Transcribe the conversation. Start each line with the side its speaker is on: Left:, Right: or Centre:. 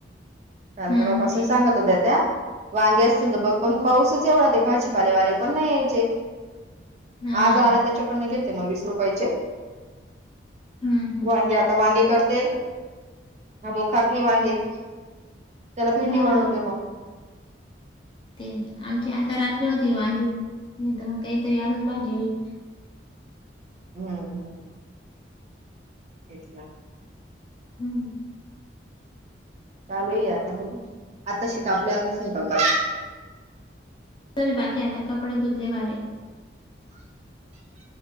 Right: काल
Left: हं,
Right: परवा पासून सांगत होत्या त्या वांगे असतील तर बघ पण पाऊसच एवढा ते भाजीपालेवाले पण नाही यायचे-
Left: हां.
Right: आज आला त्याच्याकडनं घेते मग वीस रुपयाचे-
Left: हं, हं.
Right: वांगे आता वांगे करते अ भाऊ खात नाही वांगे त्याला भेंडी
Left: हां,
Right: बनवते मग
Left: ते आमची आता रात्री होतील भाजी नाही तर मग काहीतरी अजून भाजी होईल
Right: हो हो तेच ना
Left: हम्म
Right: चालू आहे आता बघ आता शिका आपल्यास बत
Left: तरी बाकी आता कपडे धुतले बरे